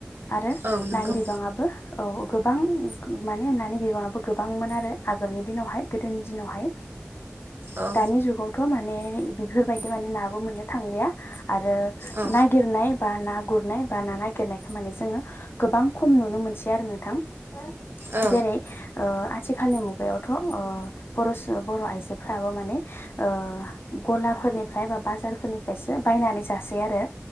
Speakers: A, on the left (about 75°); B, on the right (about 75°).
A: आरो
B: औ नंगौ
A: नानि बिबाङाबबो औ गोबां मानेानि बिबाङाबो गोबांमोन आरो आगोलनि दिनावहाय गोदोनि दिनावहाय
B: औ
A: दानि जुगावथ' माने बेफोरबायदि माने नाबो मोननो थांलिया आरो
B: औ
A: नागिरनाय बा ना गुरनाय बा ना नागिरनाय खामानि जोङो गोबां खम नुनो मोनसै आरो नोंथां <unintelligible>
B: औ
A: जेरै ओ आथिखालनि मुगायाव। थ ओ बर' सो बर' आयजो फ्राबो माने ओ गला फोरनि फ्राय बा बाजारफोरनिफ्रायसो बायनानै जासै आरो